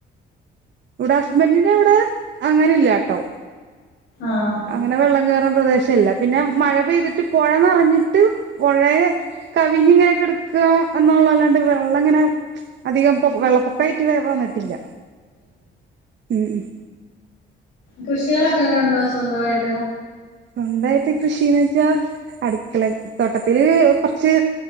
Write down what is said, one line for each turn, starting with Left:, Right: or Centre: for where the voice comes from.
Right: ഇവിടെ ഹസ്ബൻറിന്റ വിടെ അങ്ങനെല്ലാ ട്ടോ
Left: ആഹ്
Right: അങ്ങനെ വെള്ളം കയറുന്ന പ്രദേശല്ല പിന്നെ മഴ പെയ്തിട്ട് പുഴ നിറഞ്ഞിട്ട് പുഴയ കവിഞ്ഞ ഇങ്ങനെൊക്കെ എടുക്കുക എന്നുള്ളതല്ലാണ്ട് വെള്ളം ഇങ്ങനെ അധികം വെള്ളപ്പൊക്കായിട്ട് വേറെ വന്നിട്ടില്ല ഉം
Left: കൃഷികളൊക്കെക്കെ ഉണ്ടോ സ്വന്തമായിട്ട്?
Right: സ്വന്തമായിട്ട് കൃഷിന്ന് വെച്ചാ അടുക്കള തോട്ടത്തില് കൊറച്ച്